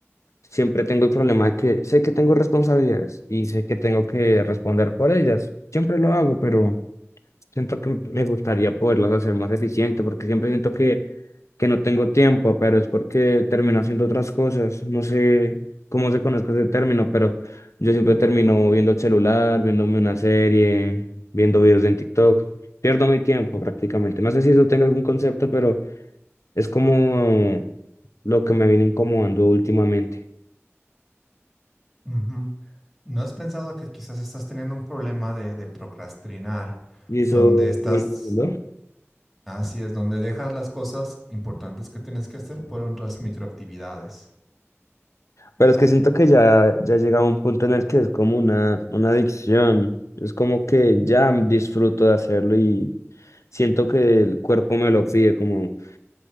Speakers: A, on the left; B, in the centre.
A: siempre tengo el problema de que sé que tengo responsabilidades y sé que tengo que responder por ellas. Siempre lo hago, pero Siento que me gustaría poderlas hacer más eficiente porque siempre siento que, que no tengo tiempo, pero es porque termino haciendo otras cosas. No sé cómo se conozca ese término, pero yo siempre termino viendo el celular, viéndome una serie, viendo videos en TikTok. Pierdo mi tiempo prácticamente. No sé si eso tenga algún concepto, pero es como lo que me viene incomodando últimamente.
B: Ujú. ¿No has pensado que quizás estás teniendo un problema de, de procrastinar,
A: ¿Y eso?
B: donde estás,
A: ¿no?
B: así es, donde dejas las cosas importantes que tienes que hacer por otras microactividades?
A: Pero es que siento que ya, ya llega a un punto en el que es como una, una adicción. Es como que ya disfruto de hacerlo y siento que el cuerpo me lo pide, como